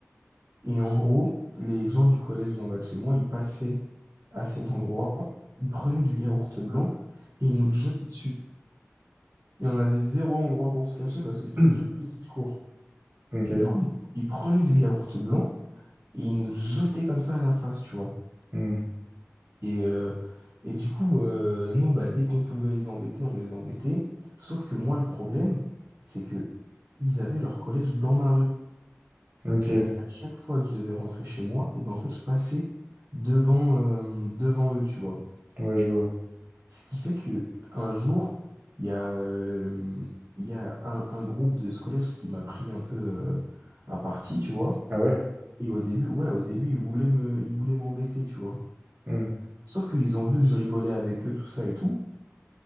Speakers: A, on the right; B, on the right.
A: Et en gros, les gens du collège d'en bas de chez moi, ils passaient à cet endroit, ils prenaient du yaourt blanc et ils nous le jetaient dessus. Et on avait zéro endroit pour se cacher parce que
B: <clears throat>
A: c'était une toute petite cour.
B: Ok.
A: Du coup, ils ils prenaient du yaourt blanc et ils nous le jetaient comme ça à la face, tu vois.
B: Hmm.
A: Et, euh, et du coup, euh, nous, bah, dès qu'on pouvait les embêter, on les embêtait. Sauf que moi, le problème, c'est que ils avaient leur collège dans ma rue.
B: Ok.
A: Donc à chaque fois que je devais rentrer chez moi, et ben en fait, je passais devant, euh, devant eux, tu vois.
B: Ouais, je vois.
A: Ce qui fait que un jour, il y a, euh, il y a un, un groupe de ce collège qui m'a pris un peu euh, à partie, tu vois.
B: Ah ouais?
A: Et au début, ouais, au début, ils voulaient me, ils voulaient m'embêter, tu vois.
B: Hmm.
A: Sauf qu'ils ont vu que je rigolais avec eux, tout ça et tout.